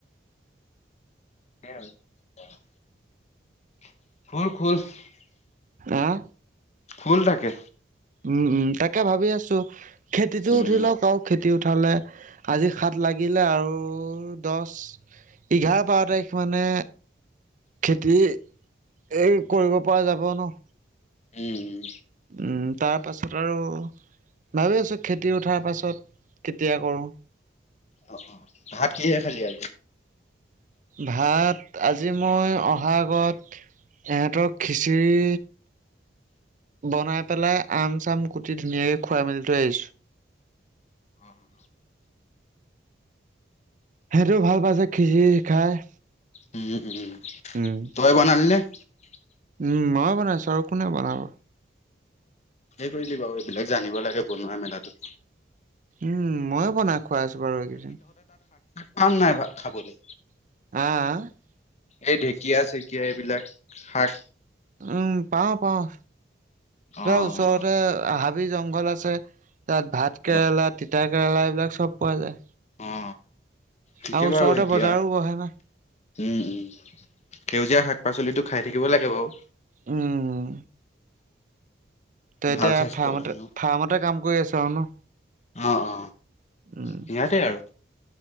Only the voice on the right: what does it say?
অহ
উম উম তাকে ভাবি আছোঁ খেতিতো
উঠি লওক খেতিটো পঠালে আজি সাত লাগিলে আৰু দহ এঘাৰ বাৰ তাৰিখ মানে খেতি এই কৰিব পৰা যাব ন
উম তাৰ পাছত আৰু ভাবি আছোঁ খেতি উঠাৰ পাছত কেতিয়া কৰোঁ
ভাত আজি মই অহা আগত ইহঁতক খিচিৰি বনাই পেলাই আম চাম কুটি ধুনীয়াকে খুৱাই মেলি থৈ আহিছোঁ
সেইটোৱেই ভাল পাইছে খিচিৰি খাই
উম
উম মইও বনাইছো আৰু কোনে বনাব
উম ময়ো বনাই খুৱাই আছো বাৰু এইকেইদিন
অহ আহ
উম পাওঁ পাওঁ
তই ওচৰতে আহ জংঘল আছে তাত ভাত কেৰেলা
তিতা কেৰেলা এইবিলাক চব পোৱা যায়
আৰু ওচৰতে
বজাৰো
বহে না
উম তই
এতিয়া
ফাৰ্মতে
ফাৰ্মতে কাম কৰি আছ আৰু ন
উম